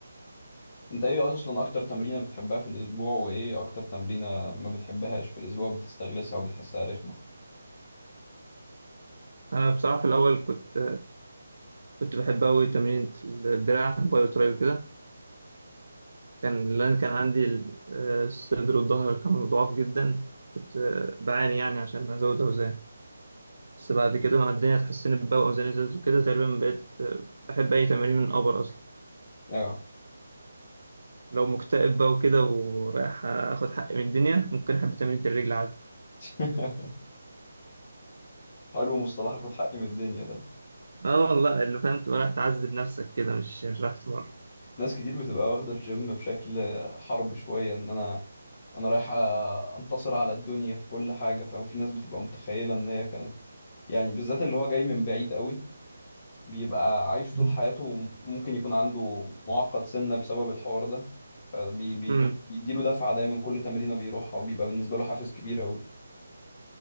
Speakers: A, on the left; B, on the right.
A: أنت إيه أصلا أكتر تمرينة بتحبها في الأسبوع وإيه أكتر تمرينة ما بتحبهاش في الأسبوع بتستغلسها وبتحسها رخمة
B: انا بصراحه في الاول كنت كنت بحب أوي تمرين الدراع باي وتراي وكده كان لأن كان عندي ال- آه، الصدر والظهر كانوا ضعاف جدا كنت آه، بعاني يعني عشان أزود أوزان بس بعد كده مع الدنيا اتحسنت بقى وأوزاني زادت وكده تقريبا بقيت آه، بحب أي تمارين من الأبر أصلا
A: أيوه
B: لو مكتئب بقى وكده ورايح آخد حقي من الدنيا ممكن أحب تمرين الرجل عادي
A: <laughs> حلو مصطلح آخد حقي من الدنيا ده
B: اه والله اللي فاهم تبقى رايح تعذب نفسك كده مش مش رايح تتمرن
A: ناس كتير بتبقى واخدة الجيم بشكل حرب شوية ان انا انا رايح أ- انتصر على الدنيا في كل حاجة فاهم في ناس بتبقى متخيلة ان هي كانت يعني بالذات اللي هو جاي من بعيد قوي بيبقى عايش طول
B: <laughs>
A: حياته ممكن يكون عنده معقد سنة بسبب الحوار ده فبيديله
B: امم
A: دفعة دايما كل تمرينة بيروحها وبيبقى بالنسبة له حافز كبير قوي